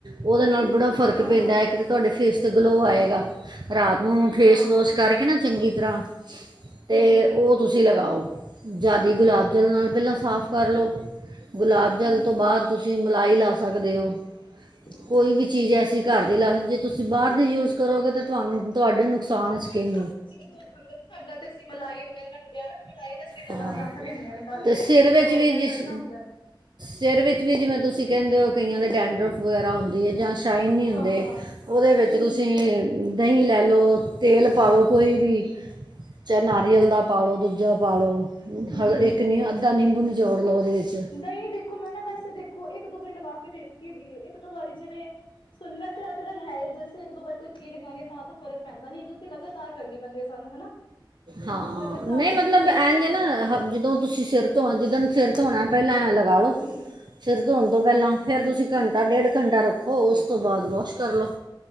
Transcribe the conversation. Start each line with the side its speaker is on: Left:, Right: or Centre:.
Right: ਉਹਦੇ ਨਾਲ ਬੜਾ ਫ਼ਰਕ
Left: ਹਾਂ-ਹਾਂ
Right: ਪੈਂਦਾ ਐ ਇੱਕ ਤਾਂ ਤੁਹਾਡੇ ਫੇਸ ਤੇ ਗਲੋ ਆਏਗਾ
Left: ਅੱਛਾ
Right: ਰਾਤ ਨੂੰ ਫੇਸ
Left: ਹਾਂ
Right: ਵੋਸ਼ ਕਰਕੇ ਨਾ ਚੰਗੀ ਤਰ੍ਹਾਂ
Left: ਹੂੰ-ਹੂੰ
Right: ਤੇ ਉਹ ਤੁਸੀਂ ਲਗਾਓ ਜਾਦੀ ਗੁਲਾਬ
Left: ਅੱਛਾ
Right: ਜਲ ਨਾਲ ਪਹਿਲਾਂ ਸਾਫ਼ ਕਰ ਲਓ ਗੁਲਾਬ ਜਲ
Left: ਹੂੰ
Right: ਤੋਂ ਬਾਅਦ ਤੁਸੀਂ ਮਲਾਈ ਲਾ ਸਕਦੇ ਓ
Left: ਹਮ <inaudible>
Right: ਕੋਈ ਵੀ ਚੀਜ਼ ਐਸੀ ਘਰ ਦੀ ਲਾ ਸਕਦੇ ਜੇ ਤੁਸੀਂ ਬਾਹਰ ਦੇ ਯੂਜ ਕਰੋਗੇ ਤਾਂ ਤੁਹਾਨੂੰ ਤੁਹਾਡੇ ਨੁਕਸਾਨ
Left: ਹਾਂ ਨੀ
Right: ਸਕਿਨ
Left: <unintelligible> ਸਾਡਾ ਤੇ ਅਸੀਂ ਮਲਾਈ ਵਗੈਰਾ। ਫੇਰ ਏਨਾ ਤੇ, ਮਲਾਈ ਦਾ ਸਿਰ ਲਗਾ
Right: ਹਾਂ
Left: ਰੱਖ ਦਿੰਦੇਆ ਨਿਕਾਲ ਕੇ,
Right: ਤੇ
Left: ਕਿਉਂਕਿ
Right: ਸਿਰ ਵਿੱਚ
Left: ਘਿਓ
Right: ਵੀ
Left: ਵਗੈਰਾ
Right: ਜਿਸ
Left: ਕੱਢਣਾ ਹੁੰਦਾ।
Right: ਸਿਰ ਵਿੱਚ ਵੀ ਜਿਵੇਂ, ਤੁਸੀਂ ਕਹਿੰਦੇ ਹੋ ਕਈਆਂ ਦੇ ਡੈਂਡਰਫ ਵਗੈਰਾ ਹੁੰਦੀ ਹੈ ਜਾਂ ਸ਼ ਸ਼ਾਈਨ ਨੀ ਹੁੰਦੇ
Left: ਹਾਂ ਹਾਂ ਹੂੰ
Right: ਉਹਦੇ ਵਿੱਚ ਤੁਸੀਂ ਦਹੀਂ ਲੈ ਲਓ ਤੇਲ ਪਾ ਲਉ ਕੋਈ ਵੀ ਚਾਹੇ
Left: ਅੱਛਾ
Right: ਨਾਰੀਅਲ
Left: ਅੱਛਾ
Right: ਦਾ ਪਾ ਲਉ ਦੁੱਧ ਜਾ ਪਾ ਲਉ
Left: ਹੂੰ
Right: ਹਲ
Left: ਹੂੰ
Right: ਇੱਕ ਨੀ ਅੱਧਾ ਨਿੰਬੂ ਨਿਚੋੜ ਲਉ ਉਹਦੇ ਵਿੱਚ
Left: ਨਹੀਂ ਦੇਖੋ ਮੈਂ ਨਾ ਵੈਸੇ ਦੇਖੋ ਇੱਕ ਦੋ ਵਾਰੀ ਲਗਾ ਕੇ ਵੇਖੀ ਦੀ ਏ ਇੱਕ ਦੋ ਵਾਰੀ ਜਿਵੇਂ ਸੁਣੇ ਵੈਸੇ ਅੱਜ ਗੱਲ ਹੈ ਹੀ ਜੈਸੇ ਇੱਕ ਦੋ ਵਾਰੀ ਕੋਈ ਕੀ ਲਗਾਣੀ ਆ ਤਾਂ ਤੇ ਫਰਕ ਪੈਂਦਾ ਨੀ। ਤੁਸੀਂ ਲਗਾਤਾਰ ਕਰਨੀ ਪੈਂਦੀ ਹੈ ਸਾਨੂੰ ਹਨਾ।
Right: ਹਾਂ,
Left: ਲਗਾਤਾਰ
Right: ਨਹੀਂ
Left: ਹੀ
Right: ਮਤਲਬ
Left: ਫੀਡ ਕਰਨੀ
Right: ਇਝ
Left: ਪੈਂਦੀ
Right: ਏ ਨਾ
Left: ਹੈ
Right: ਜਦੋਂ ਤੁਸੀਂ ਸਿਰ ਧੋ ਜਿੱਦਨ ਸਿਰ ਧੋਣੈ ਪਹਿਲਾਂ ਐ ਲਗਾ ਲਓ
Left: ਹੂੰ
Right: ਸਿਰ ਧੋਣ ਤੋਂ ਪਹਿਲਾਂ। ਫਿਰ ਤੁਸੀਂ ਘੰਟਾ
Left: ਹੂੰ
Right: ਡੇਢ ਘੰਟਾ ਰੱਖੋ ਉਸ ਤੋਂ ਬਾਅਦ ਵਾਸ਼ ਕਰ ਲਓ।